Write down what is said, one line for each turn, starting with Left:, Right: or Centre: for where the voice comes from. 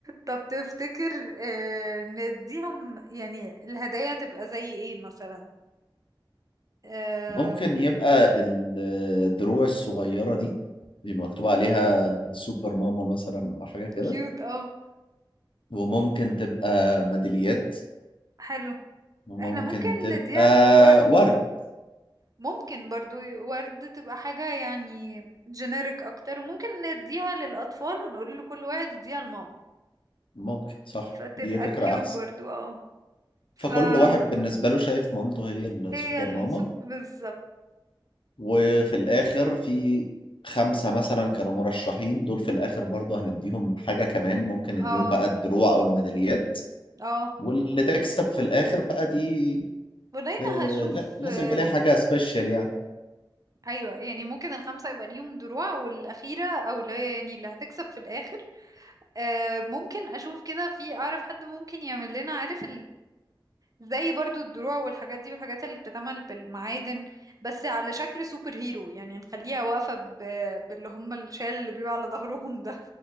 Right: طب تفتكر آه، نديهم يعني الهدايا تبقى زي ايه مثلا امم
Left: ممكن يبقى ال- الدروع الصغيرة دي بيبقى مكتوب عليها سوبر ماما مثلا أو حاجة كده
Right: كيوت اه
Left: وممكن تبقى ميداليات
Right: حلو
Left: وممكن
Right: احنا ممكن
Left: تبقى
Right: نديها الدروع
Left: ورد
Right: ممكن برضو ورد تبقى حاجة يعني جينيريك أكتر ممكن نديها للأطفال ونقول لكل واحد يديها لماما
Left: ممكن صح
Right: فتبقى
Left: دي فكرة
Right: كيوت
Left: أحسن
Right: برضو اه فهي
Left: فكل واحد بالنسبة له شايف مامته هي السوبر
Right: السوق
Left: ماما
Right: بالظبط
Left: وفي الآخر في خمسة مثلا كانوا مرشحين دول في الآخر برضه هنديهم حاجة كمان ممكن
Right: اه
Left: نديهم بقى الدروع أو الميداليات
Right: اه
Left: واللي تكسب في الآخر بقى دي
Right: ولينا
Left: آه
Right: هشوف
Left: لا لازم
Right: آه،
Left: يبقى ليها حاجة سبيشال يعني
Right: أيوة يعني ممكن الخمسة يبقى ليهم دروع والأخيرة أو لا يعني اللي هتكسب في الآخر آه، ممكن أشوف كده في أعرف حد ممكن يعمل لنا عارف زي برضو الدروع والحاجات دي والحاجات اللي بتتعمل بالمعادن بس على شكل سوبر هيرو يعني نخليها واقفة ب... باللي هم الشال اللي بيبقى على ظهرهم ده